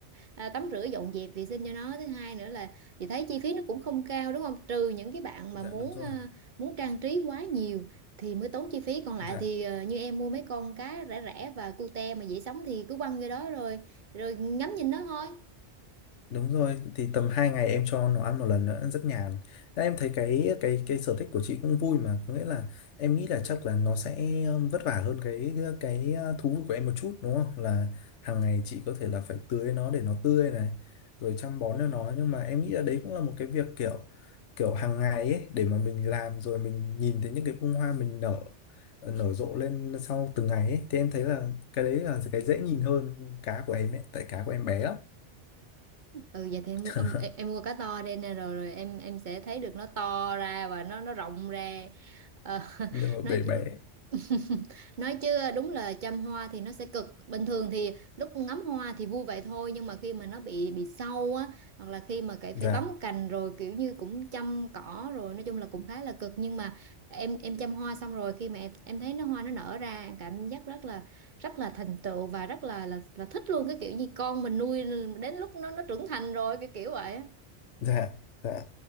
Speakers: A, on the right (about 50°); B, on the left (about 80°).
A: à, tắm rửa dọn dẹp vệ sinh cho nó thứ hai nữa là chị thấy chi phí nó cũng không cao đúng không trừ những cái bạn
B: dạ
A: mà muốn
B: đúng rồi
A: ờ, muốn trang trí quá nhiều thì mới tốn chi phí còn lại
B: dạ
A: thì ờ, như em mua mấy con cá rẻ rẻ và cute mà dễ sống thì cứ quăng vô đó rồi rồi ngắm nhìn nó thôi
B: Đúng rồi, thì tầm 2 ngày em cho nó ăn một lần nữa rất nhàn. Đấy, Em thấy cái cái cái sở thích của chị cũng vui mà, có nghĩa là em nghĩ là chắc là nó sẽ um, vất vả hơn cái cái uh, thú vui của em một chút đúng không? Là hàng ngày chị có thể là phải tưới nó để nó tươi này, rồi chăm bón cho nó nhưng mà em nghĩ là đấy cũng là một cái việc kiểu kiểu hàng ngày ấy để mà mình làm rồi mình nhìn thấy những cái bông hoa mình nở ờ, nở rộ lên sau từng ngày ấy thì em thấy là cái đấy là cái dễ nhìn hơn cá của em ấy, tại cá của em bé lắm.
A: ừ vậy thì em
B: <laughs>
A: mua em, em mua cá to đây nè rồi rồi em em sẽ thấy được nó to ra và nó nó rộng ra Ờ, <laughs>
B: nhưng mà
A: nói
B: bé bé
A: <laughs> nói chứ đúng là chăm hoa thì nó sẽ cực bình thường thì lúc ngắm hoa thì vui vậy thôi nhưng mà khi mà nó bị bị sâu á hoặc là khi mà cái
B: dạ
A: phải bấm cành rồi kiểu như cũng chăm cỏ rồi nói chung là cũng khá là cực nhưng mà em em chăm hoa xong rồi khi mà em, em thấy nó hoa nó nở ra em cảm giác rất là rất là thành tựu và rất là là, là thích luôn cái kiểu như con mình nuôi đến lúc nó nó trưởng thành rồi cái kiểu vậy á
B: dạ dạ